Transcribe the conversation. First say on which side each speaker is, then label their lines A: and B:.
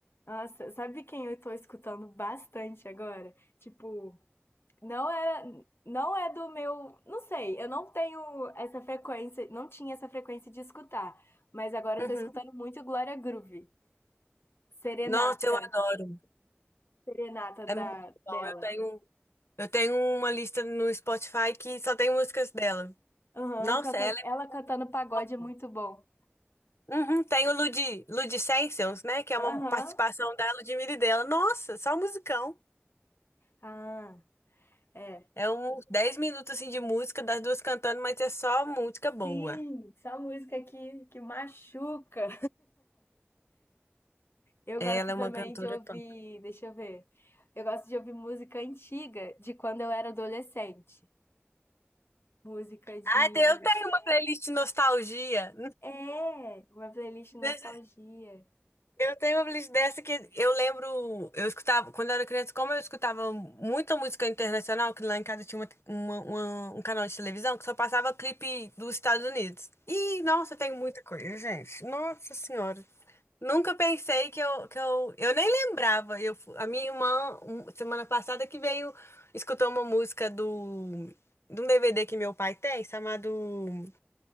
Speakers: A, on the left; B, on the left.
A: Nossa, sabe quem eu tô escutando bastante agora? Tipo, não era, não é do meu, não sei, eu não tenho essa frequência, não tinha essa frequência de escutar, mas agora
B: Uhum.
A: eu tô escutando muito Glória Groove, Serenata,
B: Nossa, eu adoro.
A: Serenata
B: É muito
A: da
B: bom.
A: dela.
B: Eu tenho, eu tenho uma lista no Spotify que só tem músicas dela.
A: Aham,
B: Nossa,
A: cantando,
B: ela
A: ela
B: é
A: cantando pagode
B: pop.
A: é muito bom.
B: Uhum, tem o Lud, Ludicentials, né? Que é
A: Aham.
B: uma participação da Ludmilla e dela. Nossa, só musicão.
A: Ah, é.
B: É uns 10 minutos assim, de música, das duas cantando, mas é só música boa.
A: Sim, essa música que que machuca. Eu
B: Ela
A: gosto
B: é
A: também
B: uma cantora
A: de ouvir,
B: punk.
A: deixa eu ver. Eu gosto de ouvir música antiga de quando eu era adolescente. Música de.
B: Ah, eu tenho uma playlist de nostalgia.
A: É, uma playlist
B: Desse-
A: nostalgia.
B: Eu tenho uma playlist dessa que eu lembro, eu escutava, quando eu era criança, como eu escutava muita música internacional, que lá em casa tinha uma- uma- uma- um canal de televisão que só passava clipe dos Estados Unidos. E, nossa, tem muita coisa, gente. Nossa Senhora. Nunca pensei que eu, que eu, eu nem lembrava. Eu, fu- a minha irmã, um- semana passada, que veio, escutou uma música do, de um DVD que meu pai tem, chamado